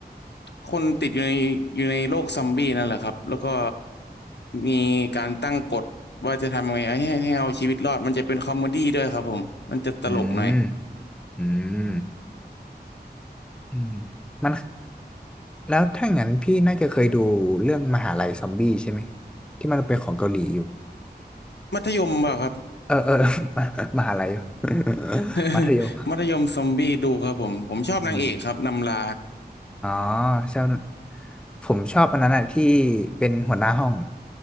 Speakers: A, on the left (about 80°); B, in the centre.
A: คนติดอยู่ในอยู่ในโลกซอมบี้นั่นแหละครับแล้วก็มีการตั้งกฎว่าจะทำไงให้ให้ให้เอาชีวิตรอดมันจะเป็นคอมเมดี้ด้วยครับผมมันจะตลกหน่อย
B: อืมอืมอืมมันแล้วถ้างั้นพี่น่าจะเคยดูเรื่องมหาลัยซอมบี้ใช่ไหมที่มันเป็นของเกาหลีอยู่
A: มัธยมเปล่าครับ
B: เออเออ <laughs> มาหาลัย <laughs>
A: <laughs>
B: มัธยม
A: มัธยมซอมบี้ดูครับผมผมชอบนางเอกครับนำลา
B: <laughs> อืมอ๋อชอบผมชอบอันนั้นอะที่เป็นหัวหน้าห้อง